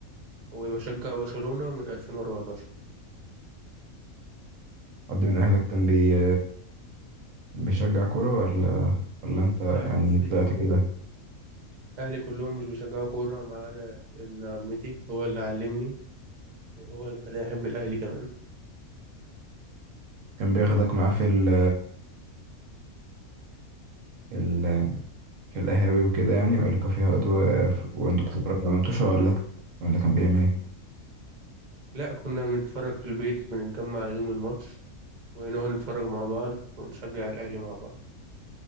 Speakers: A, on the right; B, on the right.
A: وبشجع برشلونة من 2014
B: حد من اهلك كان بي... كان بيشجع كورة ولا ولا انت يعني
A: لا
B: طلعت
A: أهلي كلهم
B: كده
A: أهلي كلهم مش بيشجعوا كورة ما عدا ابن عمتي هو اللي علمني وهو اللي خلاني أحب الأهلي كمان
B: كان بياخدك معاه في ال... في ال... في القهاوي وكده يعني ولا كافيهات و... وانتوا بتتفرجوا على متوشة ولا ولا كان بيعمل
A: لا كنا بنتفرج في البيت بنتجمع يوم الماتش ونقعد نتفرج مع بعض ونشجع الأهلي مع بعض